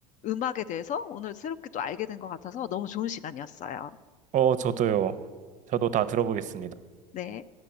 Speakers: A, on the left (about 40°); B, on the right (about 35°).
A: 음악에 대해서 오늘 새롭게 또 알게 된 것 같아서 너무 좋은 시간이었어요.
B: 어, 저도요. 저도 다 들어보겠습니다.
A: 네.